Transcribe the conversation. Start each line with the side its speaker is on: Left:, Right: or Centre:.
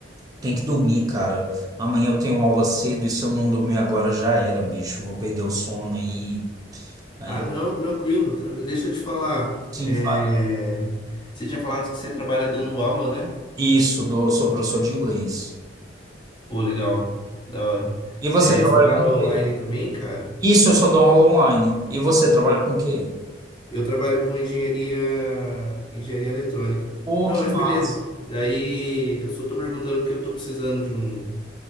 Right: tem que dormir, cara. Amanhã eu tenho aula cedo e se eu não dormir agora já era, bicho. Vou perder o sono aí. Aí,
Left: Ah, não, tranquilo. tran- Deixa eu te falar.
Right: sim,
Left: É...
Right: fala.
Left: Você tinha falado que você trabalha dando aula, né?
Right: Isso, dou, sou professor de inglês.
Left: Pô, legal. Da hora.
Right: E você
Left: É,
Right: trabalha
Left: você dá
Right: com
Left: aula
Right: o quê?
Left: online também, cara?
Right: Isso, eu só dou aula online. E você trabalha com o quê?
Left: Eu trabalho com engenharia, engenharia eletrônica.
Right: Pô,
Left: Não,
Right: que
Left: mas
Right: massa.
Left: beleza. Daí eu só tô perguntando porque eu tô precisando de um,